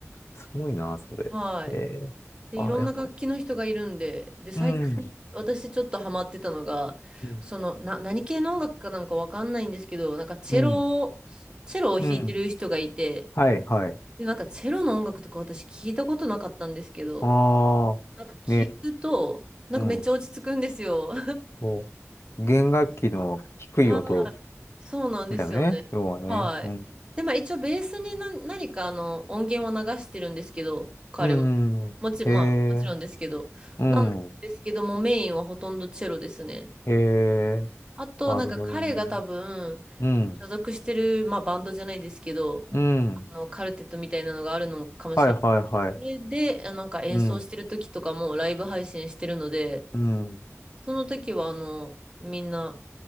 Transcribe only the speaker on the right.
はい。
で、
いろんな楽器の人がいるんで、
で、最近、
私ちょっとハマってたのが、
その、な、何系の音楽かなんかわかんないんですけど、なんかチェロを、
チェロを弾いてる人がいて、
で、なんかチェロの音楽とか私聞いたことなかったんですけど、
なんか聞くと、
なんかめっちゃ落ち着くんですよ。
はい。そうなんですよね。
はい。
で、まあ一応ベースに何、何かあの音源を流してるんですけど、彼も。
もち、まあもちろんですけど。
なんですけども、メインはほとんどチェロですね。
あと、
なんか彼が多分、
所属してる、まあバンドじゃないですけど、
あの、カルテットみたいなのがあるのかもしれないけど。
それで、あなんか演奏してる時とかもライブ配信してるので、
その時はあの、みんな